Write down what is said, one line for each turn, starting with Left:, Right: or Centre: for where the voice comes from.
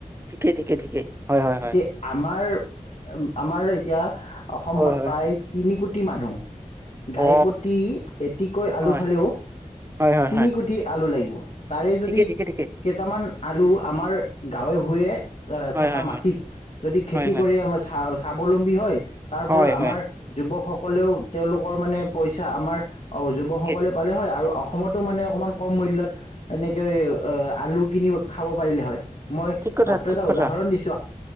Right: ঠিকেই ঠিকেই ঠিকেই। হয় হয় হয়
Left: এতিয়া আমাৰ এ আমাৰ এতিয়া অসমত
Right: হয় হয়
Left: প্ৰায় তিনি কোটি মানুহ।
Right: অ
Left: গাই প্ৰতি এটিকৈ আলু
Right: হয়
Left: খালেও,
Right: হয় হয়
Left: তিনি
Right: হয়
Left: কোটি আলু লাগিব। তাৰে যদি
Right: ঠিকেই ঠিকে ঠিকে
Left: কেইটামান আলু আমাৰ গাঁৱে ভূঞে এ
Right: হয়
Left: থকা
Right: হয়
Left: মাত
Right: হয়
Left: যদি খেতি
Right: হয় হয়
Left: কৰি আমাৰ স্বা স্বাৱলম্বী হয় তাৰ ফলত
Right: হয়
Left: আমাৰ
Right: হয়
Left: যুৱক সকলেও তেওঁলোকৰ মানে পইচা আমাৰ অ' যুৱক
Right: ঠিকেই
Left: সকলে পালে হয় আৰু অসমতো মানে অকমান কম মূল্যত এনেকে এই
Right: অ
Left: ৱ আলু কিনি খাব পাৰিলে হয়, মই
Right: ঠিক কথা
Left: মাত্ৰ
Right: ঠিক
Left: এটা
Right: কথা
Left: উদাহৰণ দিছো।